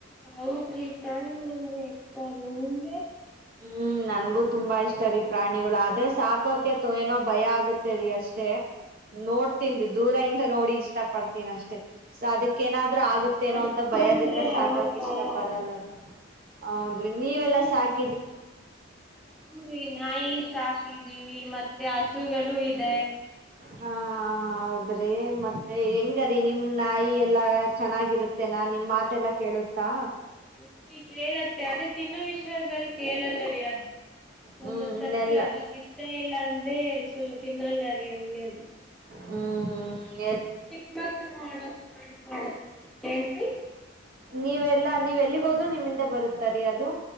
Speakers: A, in the centre; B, on the right (about 45°).
A: ಹೌದ್ರಿ ಪ್ರಾಣಿಗಳುನ್ನೆ ಇತ ನಿಮ್ಮೆ
B: ಹ್ಮ್ ನನ್ಗೂ ತುಂಬಾ ಇಷ್ಟ ರೀ ಪ್ರಾಣಿಗಳು ಆದ್ರೆ ಸಾಕೋಕೆ ಏನೋ ಭಯ ಆಗತ್ತೇರಿ ಅಷ್ಟೇ ನೋಡ್ತನ್ರಿ ದೂರ ಇಿಂದ ನೋಡಿ ಇಷ್ಟ ಪಡ್ತೀನ ಅಷ್ಟೇ ಸ ಅದಕ್ಕೇನಾದ್ರು ಆಗುತ್ತೇನೋ
A: ಅನ್ಕೊಂಡ್ರೆ
B: ಅಂತ ಭಯದಿಂದ ಸಾಕಕ್
A: ಭಯ
B: ಇಷ್ಟ ಪಡಲ್ಲ
A: ಆಗತ್ತೆ
B: ಹೌದ್ರಿ ನೀವೆಲ್ಲಾ ಸಾಕ
A: ಹರಿ ನಾಯಿ ಸಾಕಿದೀವಿ ಮತ್ತೆ ಹಸುಗಳು ಇದೆ
B: ಹಾ ಹೌದ್ರಿ ಮತ್ತೆ ಹೆಂಗರಿೀ ನಿಮ್ ನಾಯಿ ಎಲ್ಲಾ ಚೆನ್ನಾಗಿರುತ್ತೇನಾ ನಿಮ್ ಮಾತೆಲ್ಲ ಕೇಳುತ್ತಾ
A: ಹ ಈ ಕೇಳತ್ತೆ ಅದೇ ತಿನ್ನೋ ವಿಷಯಗಳಲ್ಲಿ ಕೇಳಲ್ಲರಿ ಅದು ಒಂದೊಂದ್
B: ಹ್ಮ್
A: ಸರ್ತಿ
B: ಎಲ್ಲ
A: ಅದಕ್ ಇಷ್ಟ ಇಲ್ಲ ಅಂದ್ರೆ ತಿನ್ನಲ್ಲ ಂಗ ಅದು
B: ಹ್ಮ್ ಹ್ಮ
A: ಚಿಕ್ಕ ಮಕ್ಳ ನೋಡಡ ಏನ್ರಿ
B: ನೀವೆಲ್ಲಾ ನೀವೆ ಎಲ್ಲಿಗೋದ್ ನಿಮ್ಮಿಂದ ಬರುತ್ತಾರೀ ಅದು